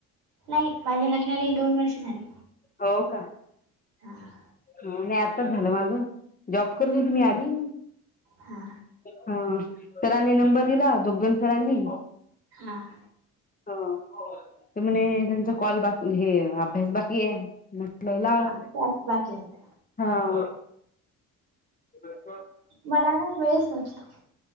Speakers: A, on the right; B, on the left.
A: नाहीं माझ्यां लग्नांला दोन वर्ष झाली.
B: हो कां
A: हां
B: हं नाहीं आताचं झालं माझं जॉब करूंनचं मी आली
A: हा
B: हां सरांनी नंबर दिलां दुग्गंल सरांनी
A: हां
B: हं ते म्हणे त्यांचा कॉल बांकी एक अभ्यांस बांकी आहे म्हटलं लावां
A: त्यांचं बांकी आहेतं.
B: हां उद्यां
A: मलां नां वेळचं नसतो